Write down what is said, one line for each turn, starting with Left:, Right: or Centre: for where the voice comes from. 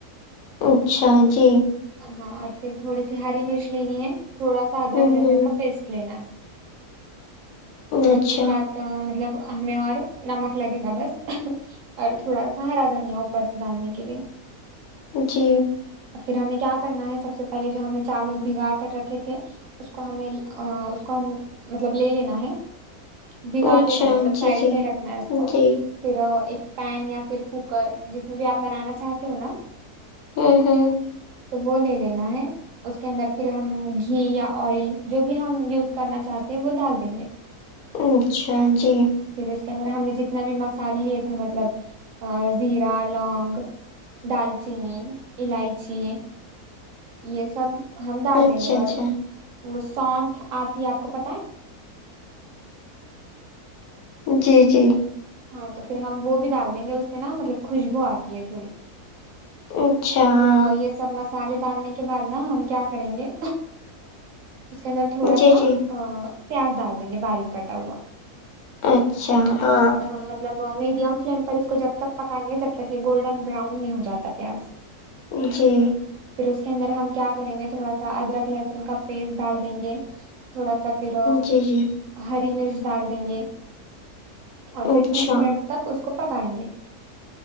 Left: اچھا جی
Right: ہاں اور پھر تھوڑی سی ہری مرچ لینی ہے تھوڑا سا ادرک
Left: ہوں
Right: لہسن
Left: ہوں
Right: کا پیسٹ لینا ہے پھر
Left: اچھا
Right: اس کے ساتھ تو مطلب ہمیں اور نمک لگے گا بس اور تھوڑا سا ہرا دھنیا اوپر سے دالنے کے لیے
Left: جی
Right: پھر ہمیں کیا کرنا ہے سب سے پہلے جو ہمیں چاول بھگا کر رکھے تھے اس کو ہمیں آ اس کو ہم مطلب لے لینا ہے بھگا
Left: اچھا
Right: دینا ہے مطلب سائڈ
Left: جی جی
Right: میں رکھنا ہے اس کو
Left: جی
Right: پھر ایک پین یا پھر کوکر جس میں بھی آپ بنانا چاہتے ہو نا
Left: ہمم ہمم
Right: تو وہ لے لینا ہے اس کے اندر پھر ہم گھی یا آئل جو بھی ہم یوز کرنا چاہتے ہیں وہ دال دیں گے
Left: اچھا جی
Right: پھر اس کے اندر ہم نے جتنے بھی مسالے لیے تھے مطلب زیرا لونگ دال چینی الائچی یے سب ہم ڈال
Left: اچھا
Right: دیں گے
Left: اچھا
Right: اور وہ ساونٹھ آتی ہے آپ کو پتہ ہے
Left: جی جی
Right: ہاں تو پھر ہم وہ بھی دال دیں گے اس سے نا مطلب خوشبو آتی ہے تھوڑی
Left: اچھا ہاں
Right: پورا یے سب مسالے ڈالنے کے بعد نا ہم کیا کریں گے اس کے اندر تھوڑا
Left: جی
Right: سا
Left: جی
Right: آ پیاز دال دیں گے باریک کٹا ہوا
Left: اچھا ہاں
Right: اور ہم مطلب میڈیم فلیم پر اس کو جب تک پکائیں گے جب تک یے گولڈن بران نہیں ہو جاتا پیاز
Left: جی
Right: پھر اس کے اندر ہم کیا کریں گے تھوڑا سا ادرک لہسن کا پیسٹ ڈال دیں گے تھوڑا سا پھر
Left: جی جی
Right: ہری مرچ ڈال دیں گے اور پھر
Left: اچھا
Right: تیس منٹ تک اس کو پکائیں گے